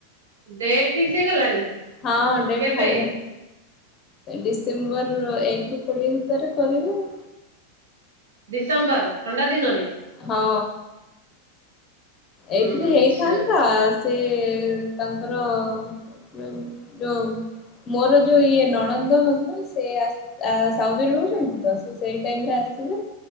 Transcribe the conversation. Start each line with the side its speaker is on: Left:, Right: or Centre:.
Right: ଡେଟ୍ ଫିକ୍ସ ହେଇଗଲାଣି?
Left: ହଁ, ଡେଟ୍
Right: କେବେ
Left: ଫାଇନାଲ୍। ଡିସେମ୍ବର ଏକ ରୁ କୋଡିଏ ଭିତରେ କରିବେ ଆଉ।
Right: ଡିସେମ୍ବର୍ ଥଣ୍ଡା ଦିନରେ?
Left: ହଁ। ଏଇଥିରେ
Right: ଉଁ ଆଚ୍ଛା
Left: ହେଇଥାନ୍ତା ଆସ୍ ସେ ତାଙ୍କର ଯଉ ଯଉ ମୋର ଯୋଉ ଇଏ ନଣନ୍ଦ ହବ, ସେ ଆସ୍ ଆ ସାଉଦିରେ ରହୁଛନ୍ତି ତ, ଶେଷ୍ ସେଇ ଟାଇମ୍ ରେ ଆସିବେ।